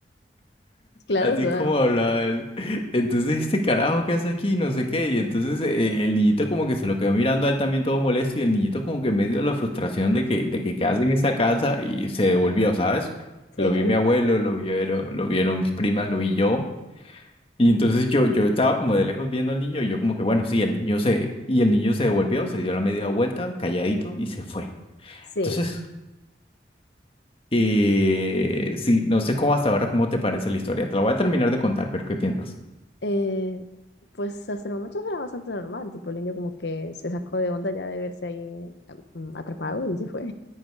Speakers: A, on the left; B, on the left.
A: claro,
B: Así
A: o sea,
B: como hablaba él. Entonces, ¿este carajo qué hace aquí? No sé qué. Y entonces eh, el niñito como que se lo quedó mirando a él también todo molesto y el niñito como que en medio de la frustración de que, de que qué hace en esa casa y se devolvió, ¿sabes?
A: sí,
B: Lo vio mi abuelo, lo vieron, lo vieron mis primas, lo vi yo. Y entonces yo, yo estaba como de lejos viendo al niño y yo como que, bueno, sí, el niño se, y el niño se devolvió, se dio la media vuelta, calladito y se fue.
A: sí.
B: Entonces, Eh, sí, no sé cómo hasta ahora, cómo te parece la historia. Te la voy a terminar de contar, pero ¿qué piensas?
A: Eh, pues hasta el momento era bastante normal, tipo el niño como que se sacó de onda ya de verse ahí ah, mm, atrapado y se fue.